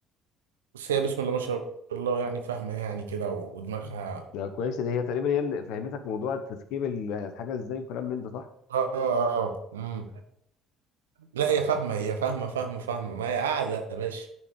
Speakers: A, on the right; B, on the left.
A: بس هي بسم الله ما شاء الله يعني فاهمه يعني كده ودماغها
B: ده كويس ان هي تقريبا هي اللي فهمتك موضوع تسكيب ال- الحاجه ازاي وكلام من ده صح
A: اه اه اه مم. لا هي فاهمه هي فاهمه فاهمه فاهمه ما هي قاعده يا باشا